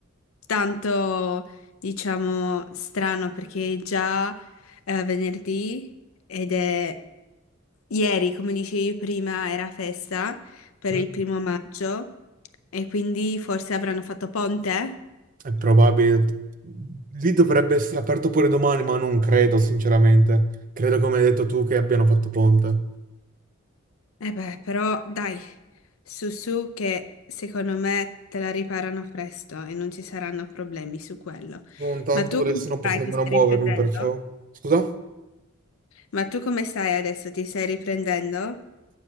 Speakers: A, on the left; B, on the right.
A: tanto, diciamo, strano perché è già eh, venerdì ed è Ieri, come dicevi prima, era festa per
B: Mm,
A: il primo maggio e quindi forse avranno fatto ponte?
B: È probabile. Lì dovrebbe essere aperto pure domani, ma non credo, sinceramente. Credo, come hai detto tu, che abbiano fatto ponte.
A: Eh beh, però dai, su su che secondo me te la riparano presto e non ci saranno problemi su quello.
B: Non tanto,
A: Ma tu
B: adesso
A: come stai?
B: non posso nemmeno
A: Ti stai
B: muovermi,
A: riprendendo?
B: perciò... Scusa?
A: Ma tu come stai adesso? Ti stai riprendendo?